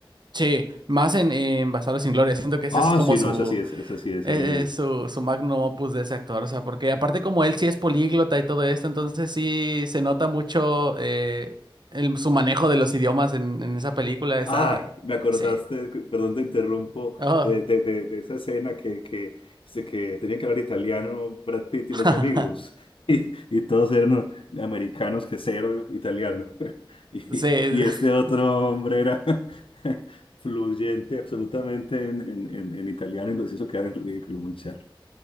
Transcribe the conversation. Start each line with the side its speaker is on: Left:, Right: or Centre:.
Right: sí, más en, en Bastardos sin Gloria, siento que ese
Left: Ah,
Right: es como
Left: sí,
Right: su
Left: no, esa sí es, esa sí es
Right: Es,
Left: el,
Right: es su, su magnum opus de ese actor, o sea, porque aparte como él sí es políglota y todo esto, entonces sí se nota mucho eh, el- su manejo de los idiomas en, en esa película, está...
Left: Ay, me acordaste,
Right: Sí.
Left: perdón te interrumpo,
Right: Oh,
Left: de, de, de, de esa escena que, que, dice que tenían que hablar italiano Brad Pitt y los
Right: <laughs>
Left: amigos, <laughs> y, y todos eran americanos que cero italiano, <laughs> y,
Right: sí, es-
Left: y este otro hombre era <laughs> fluyente absolutamente en, en, en, en italiano y los hizo quedar en ridículo, muy charro.